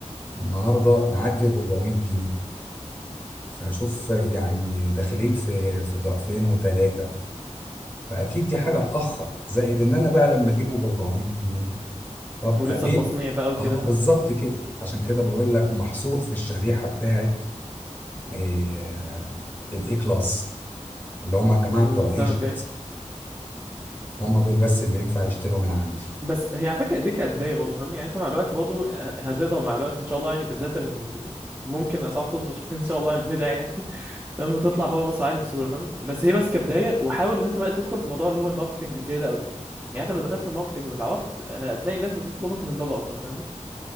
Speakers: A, on the left; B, on the right.
A: النهاردة معدي ال 400 جنيه فشوف يعني داخلين في في ضعفين وثلاثة فأكيد دي حاجة
B: مم.
A: تأخر زائد إن أنا بقى لما أجيبه ب 400 جنيه طب
B: ولسه
A: أبيع
B: التصنيع بقى وكده
A: أه
B: فاهم
A: بالظبط كده عشان كده بقول لك محصور في الشريحة بتاعت آه، الإي كلاس اللي هم الجماعة
B: مم،
A: بتوع
B: فاهمك
A: ايجيبت
B: أيوة.
A: هم دول بس اللي ينفع يشتروا من عندي
B: بس هي على فكره دي كبدايه برضه فاهمني يعني انت مع الوقت برضه آه، هتقدر مع الوقت ان شاء الله يعني بالذات ان ممكن اسعار تظبط شويه <laughs> ان شاء الله يعني بندعي يعني <laughs> فاهم وتطلع بره مصر عادي بسهوله فاهم بس هي بس كبدايه وحاول ان انت بقى تدخل في موضوع اللي هو الماركتنج زي ده قوي يعني انت لو دخلت في الماركتنج واتعرفت هتلاقي الناس بتطلبك من بره اصلا فاهمني